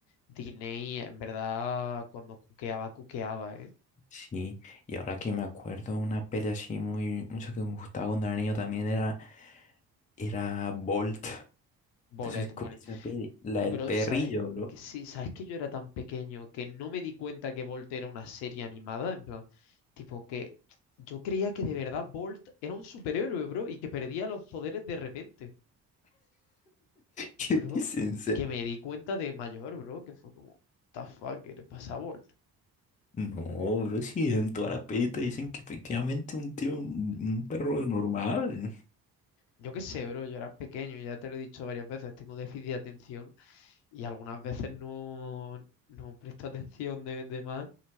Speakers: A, on the left; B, on the left.
A: Diney, en verdad, cuando cuqueaba, cuqueaba, ¿eh?
B: sí. Y ahora que me acuerdo, una peli así muy, mucho que me gustaba cuando era niño también era, era Bolt.
A: Bolet,
B: Entonces con esa peli, la
A: Bro,
B: del perrillo,
A: ¿sabes
B: bro.
A: que sí? ¿Sabes que yo era tan pequeño que no me di cuenta que Bolt era una serie animada? En plan, tipo que yo creía que de verdad Bolt era un superhéroe, bro, y que perdía los poderes de repente. Bro,
B: <laughs> ¿Qué dicen?
A: que me di cuenta de mayor, bro, que fue como, "What the fuck, ¿qué le pasa a Bolt?
B: No, bro, sí, en toda la peli te dicen que efectivamente un tío, un, un perro normal.
A: Yo qué sé, bro, yo era pequeño, ya te lo he dicho varias veces, tengo déficit de atención y algunas veces no, no presto atención de, de más.